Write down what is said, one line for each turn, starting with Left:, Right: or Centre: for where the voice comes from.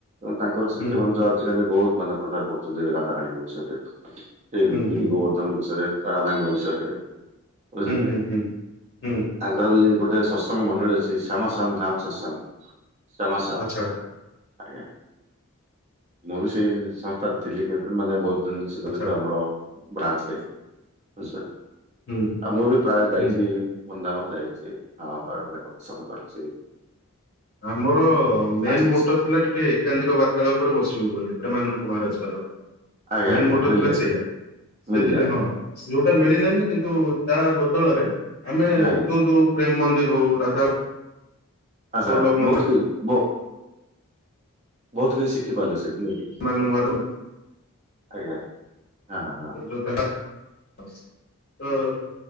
Right: ଏବଂ ତାଙ୍କର ଶିସ୍ୟମାନେ
Left: ହୁଁ
Right: ଯୋଉ ଆଜିକାଲି ବହୁତ ମାନେ ପ୍ରଚାର କରୁଛନ୍ତି ରାଧାରାଣୀଙ୍କ ବିଷୟରେ ସେ
Left: ହୁଁ
Right: ଗିରିଗୋବ
Left: ହୁଁ
Right: ଧନ ବିଷୟରେ ବା ରାଧାରାଣୀଙ୍କ ବିଷୟରେ। ବୁଝିଲେ
Left: ହୁଁ
Right: ନାଇଁ।
Left: ହୁଁ ହୁଁ ହୁଁ।
Right: ତାଙ୍କର ବି ଗୋଟେ ସତ୍ସଙ୍ଗ ମଣ୍ଡଳୀ ଅଛି ଶ୍ୟାମାସ୍ୟାମ ଧାମ ସତ୍ସଙ୍ଗ ଶ୍ୟାମାସ୍ୟା
Left: ଆଚ୍ଛା
Right: ଆଜ୍ଞା ମୁଁ ବି ସେଇ ସଂସ୍ଥାରେ ଥିଲି କେତେଦିନ ମାନେ ବହୁତ ଦିନ ଜଡିତ
Left: ଆଚ୍ଛା
Right: ଆମର ବ୍ରାଞ୍ଚରେ ବୁଝପା
Left: ହୁଁ
Right: ଆଉ ମୁଁ ବି ପ୍ରାୟ ଯାଇଛି
Left: ହୁଁ।
Right: ବୃନ୍ଦାବନ ଯାଇଛି ଆ ରାଧା ଙ୍କ ଦର୍ଶନ କରିଛି।
Left: ଆମର ମେନ୍
Right: ଆସିଛି।
Left: ମୋଟ ଥିଲା ଟିକେ ଏକାନ୍ତିକ ବାର୍ତ୍ତାଳାୟ ଉପରେ ବସିବୁ ବୋଲି ପ୍ରେମାନନ୍ଦଙ୍କ ମହାରାଜଙ୍କର।
Right: ଆଜ୍ଞା
Left: ମେନ୍
Right: ଆଜ୍ଞା
Left: ମୋଟ
Right: ମିଳିଲାନି
Left: ଥିଲା ସେଇୟା ସେଥିପାଇଁ
Right: ମିଳିଲାନି
Left: ହଁ। ଯୋଉଟା ମିଳିଲାନି କିନ୍ତୁ ତାହା ବଦଳରେ ଆମେ ଯୋଉ
Right: ଆଜ୍ଞା
Left: ଯୋଉ ପ୍ରେମ ମନ୍ଦିର ହଉ ରାଧା
Right: ଆଚ୍ଛା
Left: ବଲ୍ଲଭ ମନ୍ଦିର
Right: ବହୁତ କି ବ ବହୁତ କିଛି ଶିଖି ପାରିଲ ସେଇଠି ନାଇଁକିି।
Left: <unintelligible>
Right: ଆଜ୍ଞା ହଁ ହଁ।
Left: ଜୋତା ଟା ତ